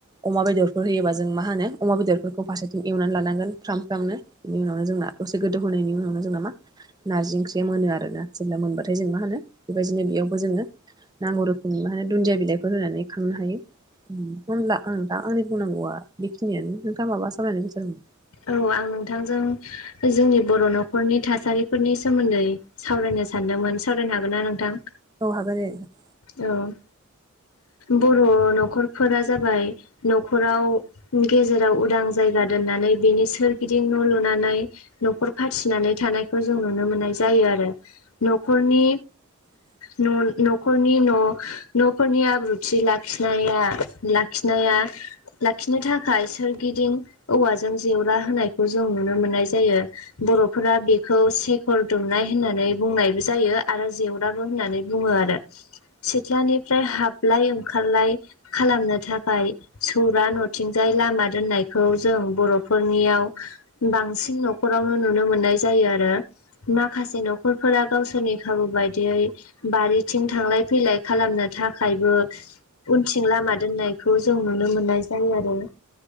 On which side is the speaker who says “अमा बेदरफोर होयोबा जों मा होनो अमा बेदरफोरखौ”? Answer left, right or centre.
Right